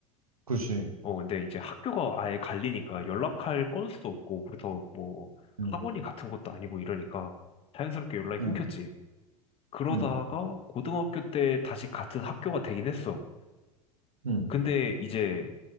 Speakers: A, on the right; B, on the left.
A: 그지.
B: 어, 근데 이제 학교가 아예 갈리니까 연락할 건수도 없고 그래서 뭐
A: 응,
B: 학원이 같은 것도 아니고 이러니까 자연스럽게 연락이
A: 응,
B: 끊겼지. 그러다가
A: 응,
B: 고등학교 때 다시 같은 학교가 되긴 했어.
A: 응,
B: 근데 이제